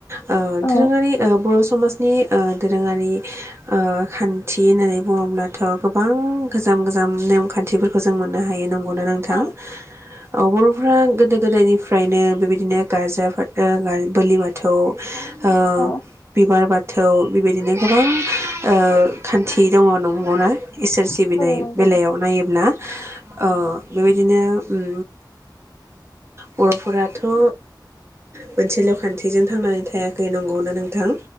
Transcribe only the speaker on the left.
औ
औ
औ
औ नंगौ